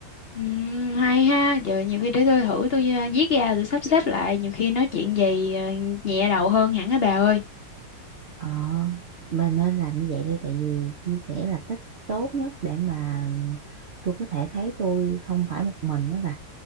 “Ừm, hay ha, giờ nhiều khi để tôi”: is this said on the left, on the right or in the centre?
Left